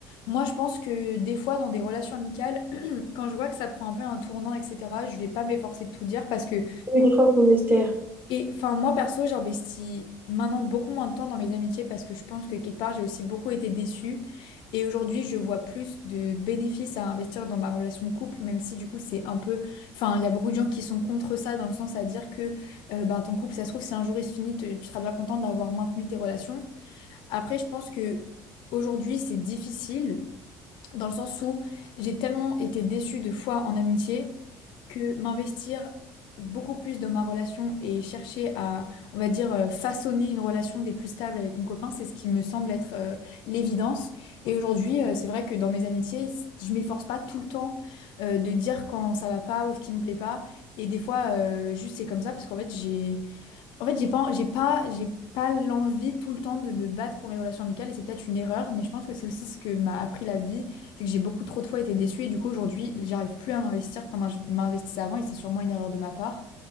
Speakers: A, on the left (about 60°); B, on the right (about 20°).
A: Moi, je pense que des fois, dans des relations amicales, <clears throat> quand je vois que ça prend un peu un tournant, etc., je vais pas m'efforcer de tout dire parce que
B: Mais des fois, il faut me se taire.
A: Et enfin, moi perso, j'investis maintenant beaucoup moins de temps dans mes amitiés parce que je pense que quelque part, j'ai aussi beaucoup été déçue. Et aujourd'hui, je vois plus de bénéfices à investir dans ma relation de couple, même si du coup, c'est un peu. Enfin, il y a beaucoup de gens qui sont contre ça, dans le sens à dire que euh, ben, ton couple, ça se trouve, si un jour il se finit, te- tu seras bien contente d'avoir maintenu tes relations. Après, je pense que aujourd'hui, c'est difficile dans le sens où j'ai tellement été déçue de fois en amitié que m'investir beaucoup plus dans ma relation et chercher à, on va dire, euh, façonner une relation des plus stables avec mon copain, c'est ce qui me semble être euh, l'évidence. Et aujourd'hui, euh, c'est vrai que dans mes amitiés, je m'efforce pas tout le temps euh, de dire quand ça va pas ou ce qui me plaît pas. Et des fois, euh, juste c'est comme ça parce qu'en fait, j'ai en fait, j'ai pas, j'ai pas, j'ai pas l'envie tout le temps de me battre pour mes relations amicales et c'est peut-être une erreur, mais je pense que c'est aussi ce que m'a appris la vie, c'est que j'ai beaucoup trop de fois été déçue et du coup aujourd'hui, j'arrive plus à m'investir comme je m'investissais avant et c'est sûrement une erreur de ma part.